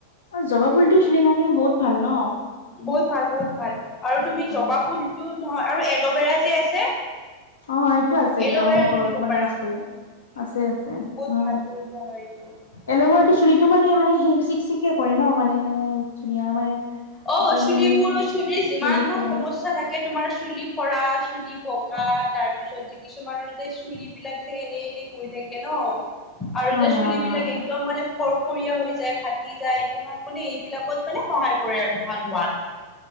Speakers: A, on the left; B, on the left.
A: অ জবা ফুলটও চুলিৰ কাৰণে বহুত ভাল ন।
B: বহুত ভাল বহুত ভাল আৰু তুমি জবা
A: অ
B: ফুলতটো নহয় আৰু এল'ভেৰা যে আছে।
A: অ এইটো আছে দিয়া
B: এল'ভেৰাটো
A: মোৰ ঘৰত
B: দিব
A: মানে
B: পাৰা।
A: আছে
B: উম,
A: আছে আছে
B: বহুত
A: হয়।
B: ভাল বহুত ভাল হয় এইটো।
A: এল'ভেৰাটো চুলিটো মানে মানে স চিক চিকে কৰে ন মানে। ধুনীয়া মানে
B: অ
A: তাক
B: চুলিবো,
A: মানে
B: ৰ চুলি যিমান
A: জিলিকে
B: বোৰ সমস্যা থাকে। তোমাৰ চুলি সৰা চুলি পকা তাৰ পিছত যে কিছুমানৰ যে চুলিবলাক যে এনে এনে। থাকে ন আৰু
A: হয়
B: যে চুলিবিলাক
A: হয় হয়
B: একদম মানে। খৰখৰীয়া হৈ যায়, ফাটি যায়, তোমাক মানে এইবিলাকত মানে সহায় কৰে আৰু ভাল হোৱাত।